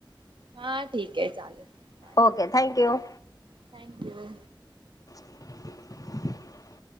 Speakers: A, on the right; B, on the left.
A: हा ठीक आहे चालेल बाय
B: ओके थँक्यू
A: थँक्यू
B: <inaudible> <inaudible>